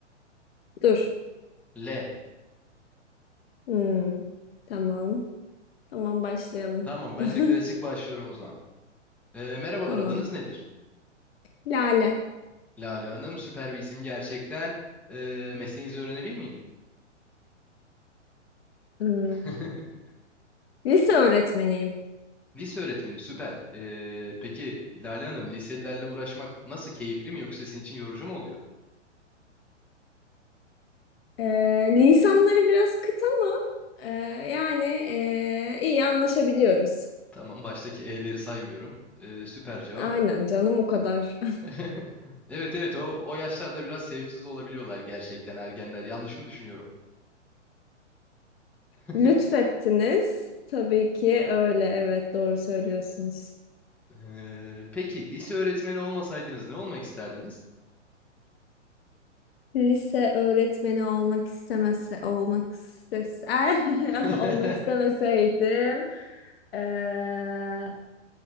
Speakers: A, on the left; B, in the centre.
A: Dur.
B: L.
A: Hmm, Tamam. Tamam başlayalım.
B: Tamam ben
A: <laughs>
B: de klasik başlıyorum o zaman. Ee, merhabalar,
A: Tamam.
B: adınız nedir?
A: Lale.
B: Lale Hanım, süper bir isim gerçekten. Ee, mesleğinizi öğrenebilir miyim?
A: Hmm,
B: <laughs>
A: Lise öğretmeniyim.
B: Lise öğretmeni, süper. Ee, peki Lale Hanım, liselilerle uğraşmak nasıl, keyifli mi yoksa sizin için yorucu mu oluyor?
A: Ee, lisanları biraz kıt ama e, yani e, iyi anlaşabiliyoruz.
B: Tamam, baştaki E'leri saymıyorum. Ee, süper cevap.
A: Aynen canım o kadar.
B: <laughs> Evet evet o, o yaşlarda biraz sevimsiz olabiliyorlar gerçekten ergenler. Yanlış mı düşünüyorum?
A: <laughs>
B: <laughs>
A: Lütfettiniz. Tabii ki öyle. Evet doğru söylüyorsunuz.
B: Ee, peki lise öğretmeni olmasaydınız ne olmak isterdiniz?
A: Lise öğretmeni olmak istemese olmak istese <laughs>
B: <laughs>
A: olmak istemeseydim eee,